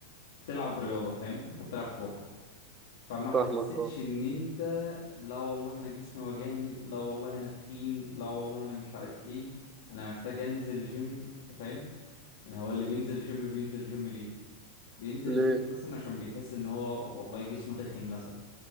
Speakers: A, on the left; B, on the right.
A: بتلعب رياضة فاهم انت بتلعب كورة فما حسيتش
B: فاهمك أه
A: ان انت لا والله انا جسمي وجعني لا والله انا تخين لا والله انا مش عارف ايه انا محتاج انزل جيم انت فاهم يعني هو اللي بينزل جيم بينزل جيم ليه بينزل
B: ليه؟
A: جيم مثلا عشان بيحس ان هو والله جسمه تخين مثلا